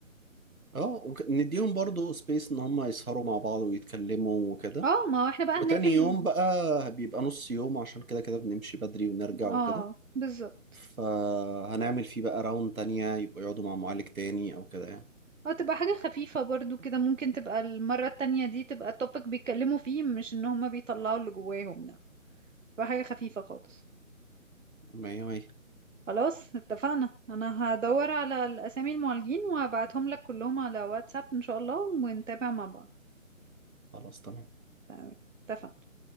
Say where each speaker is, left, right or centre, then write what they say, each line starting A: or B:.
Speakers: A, on the right; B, on the right.
A: اه ونديهم برضو سبيس ان هم يسهروا مع بعض ويتكلموا وكده
B: اه ما هو احنا بقى
A: وتاني
B: هنقفل
A: يوم بقى بيبقى نص يوم عشان كده كده بنمشي بدري ونرجع
B: اه
A: وكده
B: بالظبط
A: فهنعمل فيه بقى راوند تانية يبقى يقعدوا مع معالج تاني أو كده يعني
B: اه تبقى حاجة خفيفة برضو كده ممكن تبقى المرة التانية دي تبقى التوبيك بيتكلموا فيه مش ان هما بيطلعوا اللي جواهم يعني بحاجة خفيفة خالص
A: مية مية
B: خلاص اتفقنا انا هدور على الاسامي المعالجين وهبعتهم لك كلهم على واتساب ان شاء الله ونتابع مع بعض
A: خلاص تمام
B: تمام اتفقنا